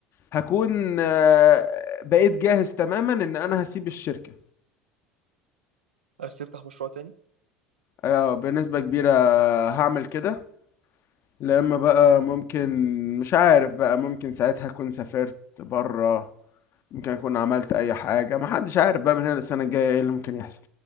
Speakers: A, on the left; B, on the right.
A: هكون آه، بقيت جاهز تماما ان انا هسيب الشركة
B: عايز تفتح مشروع تاني
A: آه، بنسبة كبيرة هعمل كده لا اما بقى ممكن مش عارف بقى ممكن ساعتها اكون سافرت بره ممكن اكون عملت اي حاجة ما حدش عارف بقى من هنا للسنة الجاية ايه اللي ممكن يحصل